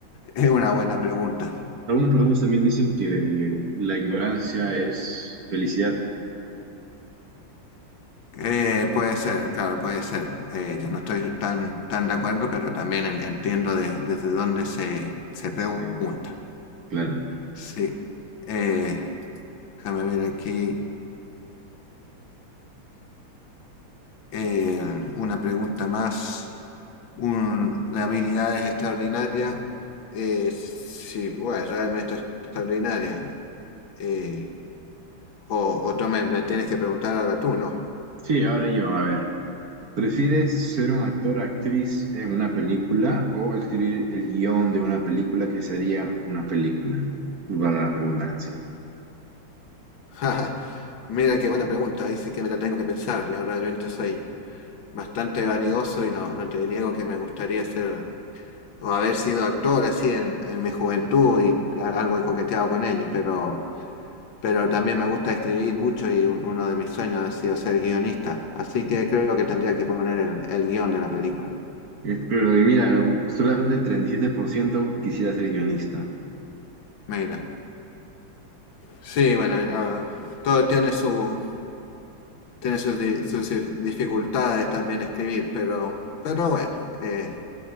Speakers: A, on the left (about 75°); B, on the right (about 50°).
A: es una buena pregunta.
B: Algunas personas también dicen que la ignorancia es felicidad.
A: Eh, puede ser, claro, puede ser. Eh, yo no estoy tan, tan de acuerdo, pero también en- entiendo de- desde dónde se, se pregunta.
B: Eh, claro.
A: Sí. Eh, déjame ver aquí eh, una pregunta más. un- de habilidades extraordinarias. eh, sí, bueno, realmente extraordinaria. eh, o, o tú me, me tienes que preguntar ahora tú, ¿no?
B: Sí, ahora yo, a ver. ¿Prefieres ser un actor, actriz en una película o escribir el guión de una película que sería una película? Para la redundancia.
A: <laughs> Mira qué buena pregunta, ahí sí que me la tengo que pensar. Yo realmente soy bastante vanidoso y no, no te niego que me gustaría ser o haber sido actor así en, en mi juventud y a- algo he coqueteado con ello, pero pero también me gusta escribir mucho y un- uno de mis sueños ha sido ser guionista. Así que creo que tendría que poner el, el guión de la película.
B: Es- Pero y mira, solamente el 37% quisiera ser guionista.
A: Mira. Sí, bueno, ah, todo tiene su tiene sus, di- sus dif- dificultades también escribir, pero, pero bueno, eh,